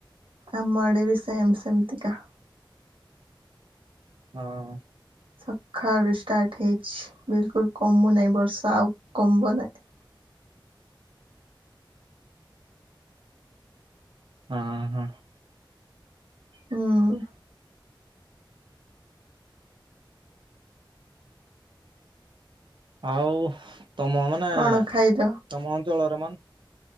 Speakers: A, on the right; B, on the right.
A: ଆମ ଆଡ଼େ ବି ସେମ୍ ସେମିତିକା।
B: ହଁ।
A: ସକାଳୁ ଷ୍ଟାର୍ଟ୍ ହେଇଛି ବିଲକୁଲ୍ କମୁ ନାହିଁ ବର୍ଷା ଆଉ କମୁ ନାହିଁ।
B: ହଁ ହଁ।
A: ହୁଁ
B: ଆଉ ତମ ମାନେ
A: କଣ ଖାଇଲ?
B: ତମ ଅଞ୍ଚଳରେ ମାନେ